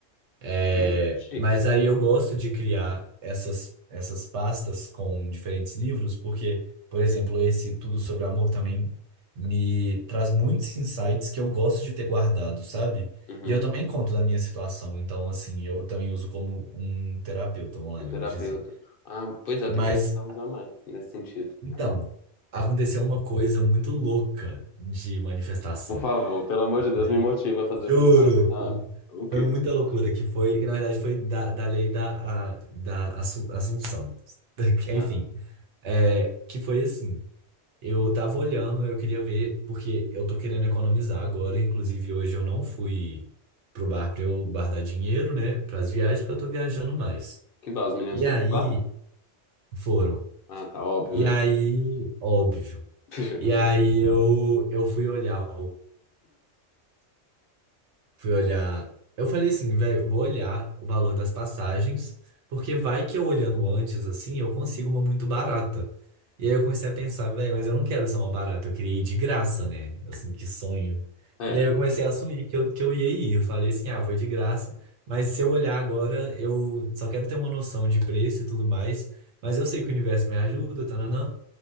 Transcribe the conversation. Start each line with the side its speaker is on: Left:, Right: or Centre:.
Right: É,
Left: Hum, chique.
Right: mas aí eu gosto de criar essas, essas pastas com diferentes livros, porque, por exemplo, esse Tudo sobre o Amor também me traz muitos insights que eu gosto de ter guardado, sabe?
Left: Uhum.
Right: E eu também conto da minha situação, então, assim, eu também uso como um terapeuta online,
Left: Um terapeuta.
Right: vamos dizer.
Left: Ah, pois é,
Right: Mas,
Left: tem que começar a usar mais nesse sentido.
Right: então,
Left: Hum.
Right: aconteceu uma coisa muito louca de manifestação.
Left: Por favor, pelo amor de Deus,
Right: Foi-
Left: me motiva a fazer
Right: Juro!
Left: esse negócio. Ah, o quê?
Right: Foi muita loucura, que foi, que na verdade foi da, da lei da, a- da assu- Assunção. <laughs> Enfim,
Left: Ah,
Right: é, que foi assim, eu tava olhando, eu queria ver, porque eu tô querendo economizar agora, inclusive hoje eu não fui pro bar pra eu guardar dinheiro, né, pras viagens, porque eu tô viajando mais.
Left: que bar? Os meninos
Right: E
Left: foram
Right: aí,
Left: pro bar?
Right: foram.
Left: Ah, tá óbvio,
Right: E
Left: né?
Right: aí, óbvio.
Left: <laughs>
Right: E aí eu, eu fui olhar Fui olhar. Eu falei assim, velho, vou olhar o valor das passagens, porque vai que eu olhando antes, assim, eu consigo uma muito barata. E aí eu comecei a pensar, velho, mas eu não quero só uma barata, eu queria ir de graça, né? Assim, que sonho.
Left: É.
Right: E aí eu comecei a assumir que eu, que eu ia ir. Eu falei assim, ah, vou ir de graça, mas se eu olhar agora, eu só quero ter uma noção de preço e tudo mais, mas eu sei que o universo me ajuda, tananã.